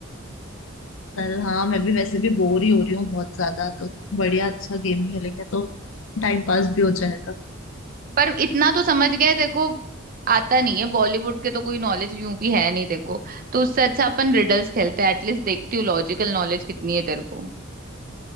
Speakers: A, on the left; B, on the right.
A: चल हाँ मैं भी वैसे भी बोर ही हो रही हूँ बहुत ज्यादा तो बढ़िया अच्छा गेम खेलेंगे तो टाइम पास भी हो जाएगा
B: पर इतना तो समझ गया है, तेरे को आता नहीं है बॉलीवुड के तो कोई नॉलेज यूं भी है नहीं तेरे को तो उससे अच्छा अपन रिडल्स खेलते हैं एटलीस्ट देखती हूँ लॉजिकल नॉलेज कितनी है तेरे को